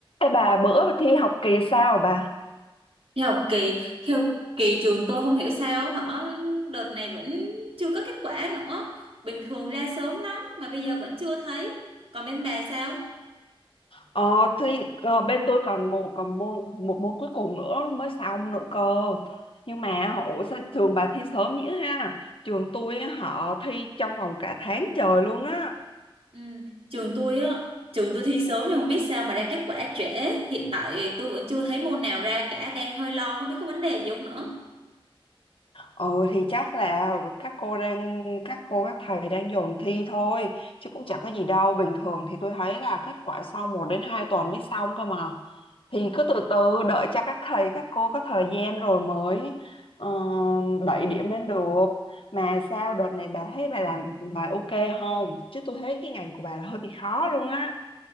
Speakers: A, on the left; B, on the right.
A: Ê bà bữa thi học kỳ sao bà?
B: Thì học kỳ khi học kỳ trường tôi không hiểu sao họ đợt này vẫn chưa có kết quả nữa bình thường ra sớm lắm mà bây giờ vẫn chưa thấy còn bên bà sao
A: Ờ, thì ờ, bên tôi còn một còn môn một môn cuối cùng nữa mới xong nữa cơ. Nhưng mà họ- ủa sao trường bà thi sớm nhỉ ha? Trường tôi họ thi trong vòng cả tháng trời luôn á.
B: ừ. trường tôi á trường tôi thi sớm nhưng không biết sao mà ra kết quả trễ hiện tại tôi vẫn chưa thấy môn nào ra cả đang hơi lo không biết có vấn đề gì không nữa
A: Ừ thì chắc là các cô đang các cô các thầy đang dồn thi thôi chứ cũng chẳng có gì đâu bình thường thì tôi thấy là kết quả sau một đến 2 tuần mới xong cơ mà thì cứ từ từ đợi cho các thầy các cô có thời gian rồi mới ờ, đẩy điểm lên được mà sao đợt này bà thấy bà làm bài ok không chứ tôi thấy cái ngành của bà là hơi bị khó luôn á